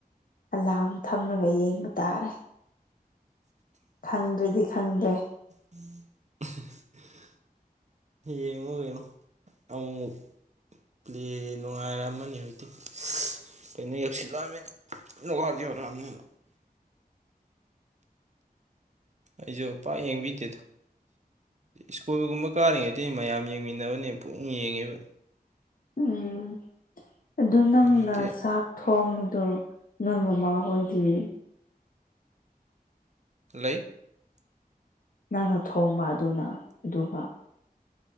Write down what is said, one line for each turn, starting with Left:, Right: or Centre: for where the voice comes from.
Left: ꯑꯂꯥꯝ ꯊꯝꯂꯒ ꯌꯦꯡꯕ ꯇꯥꯔꯦ ꯈꯪꯗ꯭ꯔꯦꯗꯤ ꯈꯪꯗ꯭ꯔꯦ
Right: <unintelligible> ꯌꯦꯉꯨ ꯌꯦꯡꯉꯣ ꯑꯃꯨ ꯃꯨꯛ ꯞꯂꯦ ꯅꯨꯡꯉꯥꯏꯔꯝꯃꯅꯤ ꯍꯧꯛꯇꯤ ꯀꯩꯅꯣ ꯌꯦꯛꯁꯤꯜꯂꯛꯑꯅꯤꯅ ꯀꯩꯅꯣ ꯋꯥꯔꯖꯂꯛꯑꯕꯅꯤꯅ ꯑꯩꯁꯨ ꯄꯥꯛ ꯌꯦꯡꯕꯤꯗꯦꯗ ꯁ꯭ꯀꯨꯜꯒꯨꯝꯕ ꯀꯥꯔꯤꯉꯩꯗꯤꯅꯤ ꯃꯌꯥꯝ ꯌꯦꯡꯃꯤꯟ ꯅꯕꯅꯦ ꯄꯨꯛꯌꯦꯡ ꯌꯦꯡꯉꯦꯕ
Left: ꯎꯝ ꯑꯗꯨꯅꯪꯅ
Right: ꯍꯧꯖꯤꯛꯇꯤ
Left: ꯁꯥ ꯊꯣꯡꯕꯗꯣ ꯅꯣꯏ ꯃꯃꯥ ꯍꯣꯏꯗꯤ
Right: ꯂꯩ
Left: ꯅꯪꯅ ꯊꯣꯡꯕ ꯑꯗꯨꯅ ꯑꯗꯨꯒ